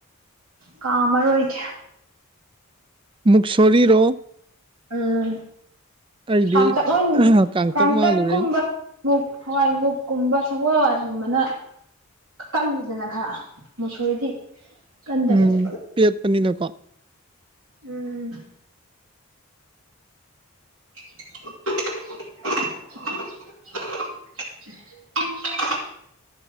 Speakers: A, on the right (about 70°); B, on the right (about 25°).
A: ꯀꯥꯝꯃꯔꯣꯏꯒꯦ
B: ꯃꯨꯛꯁꯣꯔꯤꯔꯣ
A: ꯎꯝ
B: ꯑꯩꯗꯤ
A: ꯀꯥꯡꯇꯛ
B: ꯀꯥꯡꯇꯛ
A: ꯀꯥꯡꯇꯛꯀꯨꯝꯕ
B: ꯃꯥꯜꯂꯨꯔꯦ
A: ꯃꯨꯛ ꯍꯋꯥꯏꯃꯨꯛꯀꯨꯝꯕ ꯁꯒꯣꯜ ꯍꯋꯥꯏꯒꯨꯝꯕꯅ ꯀꯜꯂꯗꯅ ꯈꯔ ꯃꯨꯁꯨꯔꯤꯗꯤ ꯀꯗꯕꯅꯦ
B: ꯎꯝ ꯄꯦꯠꯄꯅꯤꯅꯀꯣ
A: ꯎꯝ <inaudible>